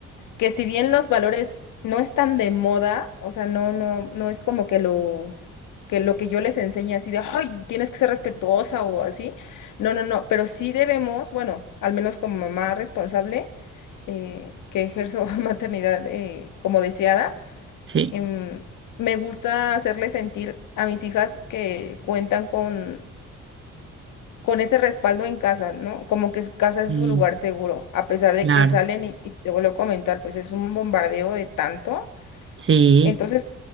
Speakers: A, on the left (about 85°); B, on the right (about 40°).
A: que si bien los valores no están de moda, o sea, no, no, no es como que lo que lo que yo les enseñe así de, ay, tienes que ser respetuosa o así. No, no, no, pero sí debemos, bueno, al menos como mamá responsable, eh, que ejerzo <laughs> maternidad eh, como deseada,
B: Sí,
A: em, me gusta hacerles sentir a mis hijas que cuentan con con ese respaldo en casa, ¿no? Como que su casa es
B: sí,
A: su lugar seguro, a pesar de
B: claro.
A: que salen y, y te vuelvo a comentar, pues es un bombardeo de tanto.
B: Sí,
A: Entonces,